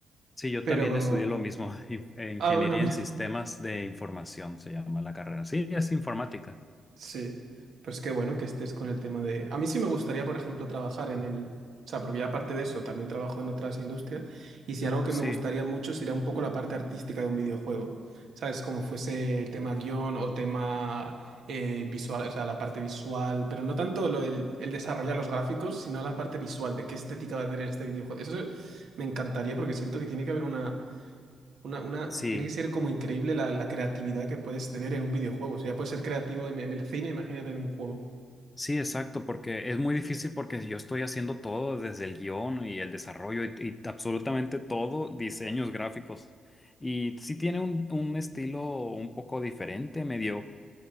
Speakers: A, on the left (about 20°); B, on the right (about 70°).
A: Sí, yo
B: Pero...
A: también estudié lo mismo, <laughs> in- eh, Ingeniería
B: Ah, bueno, mira.
A: en Sistemas de Información se llama la carrera. Sí, es informática.
B: Sí, pues qué bueno que estés con el tema de... A mí sí me gustaría, por ejemplo, trabajar en el... O sea, porque ya aparte de eso, también trabajo en otras industrias y si algo que
A: Sí,
B: me gustaría mucho sería un poco la parte artística de un videojuego, ¿sabes? Como fuese tema guión o tema eh, visual, o sea, la parte visual, pero no tanto lo, el, el desarrollar los gráficos, sino la parte visual de qué estética va a tener este videojuego. Eso me encantaría porque siento que tiene que haber una una, una,
A: sí.
B: tiene que ser como increíble la, la creatividad que puedes tener en un videojuego. O sea, ya puedes ser creativo en, en el cine, imagínate en un juego.
A: Sí, exacto, porque es muy difícil porque yo estoy haciendo todo desde el guión y el desarrollo y, y absolutamente todo, diseños gráficos. Y sí tiene un, un estilo un poco diferente, medio